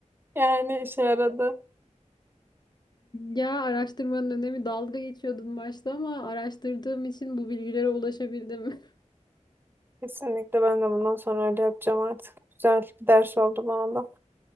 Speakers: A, on the right; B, on the left.
A: Yani işe yaradı.
B: Ya araştırmanın önemi dalga geçiyordun başta ama araştırdığım için bu bilgilere ulaşabildim. <laughs>
A: Kesinlikle ben de bundan sonra öyle yapacağım artık. Güzel bir ders oldu bana da.